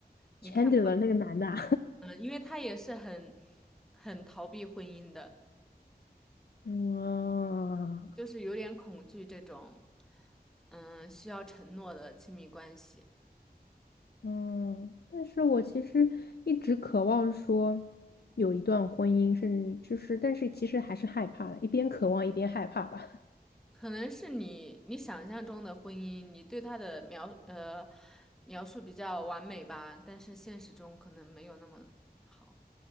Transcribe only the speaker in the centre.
你看过的？
嗯，因为他也是很很逃避婚姻的，
就是有点恐惧这种，嗯，需要承诺的亲密关系。
可能是你你想象中的婚姻，你对他的描呃描述比较完美吧，但是现实中可能没有那么好。